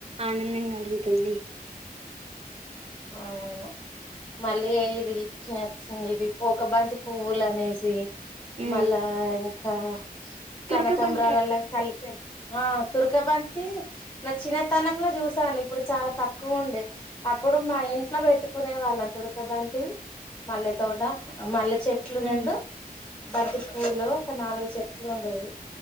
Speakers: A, on the right (about 40°); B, on the left (about 25°).
A: ఆనందం ఇంకన్నీ.
B: అవును మల్లి యే ఇది, ఇది ఒక బంతి పువ్వులు అనేసి,
A: హ్మ్.
B: మళ్ళా ఇంకా. కనకంబ్రాలల్ల
A: తురకబంతి
B: కలిప్. ఆ తుర్కబంతి, నా చినతనంలో చూశాను. ఇప్పుడు చాలా తక్కువ ఉండే. అప్ అప్పుడు మా ఇంట్లో పెట్టుకునే వాళ్ళం తుర్క బంతివి, మల్లె తోట, ఆ మల్లె. చెట్లు
A: హ్మ్.
B: రెండు. బంతి పూలు, ఒక నాలుగు చెట్లు ఉండేవి.